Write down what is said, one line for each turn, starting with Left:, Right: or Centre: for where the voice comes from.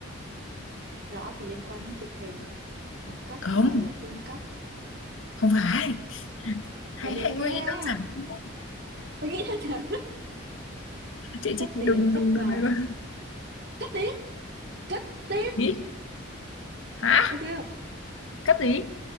Right: rõ thì liên quan đến chụp hình mà cất
Left: không
Right: thì lại là chưng cất
Left: không phải hãy
Right: phải liệt
Left: hãy
Right: kê
Left: nghĩ
Right: ra
Left: đơn giản thôi.
Right: phải nghĩ ra thật
Left: chị
Right: cất
Left: chị, chị
Right: tiền
Left: đừng
Right: cất
Left: đừng
Right: vàng
Left: đừng đừng.
Right: cất đi cất tiếng
Left: ý hả
Right: ok không
Left: cất gì